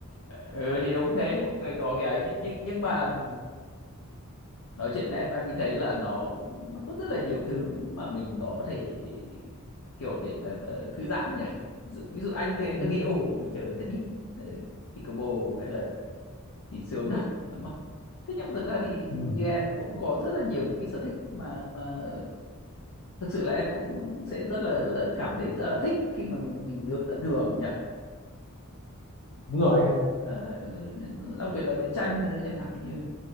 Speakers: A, on the left; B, on the left.
A: ừ thì đúng thế mỗi người có cái ấy nhưng nhưng, nhưng mà ừm, nói chuyện với em em mới thấy là nó nó có rất là nhiều thứ mà mình có thể kiểu để mà, mà thư giãn nhỉ ví dụ, ví dụ anh thì anh
B: đúng
A: cứ nghĩ ồ mình chơi tennis ờ, pickleball hay là thì sướng thật đúng không thế nhưng mà thực ra thì
B: ừ.
A: như em cũng có rất là nhiều những cái sở thích mà mà thực sự là em cũng sẽ rất là, là cảm thấy rất là thích khi mà mình mình được tận hưởng nhỉ
B: đúng rồi anh ạ
A: Đó, ừ, đặc biệt là vẽ tranh nữa chẳng hạn như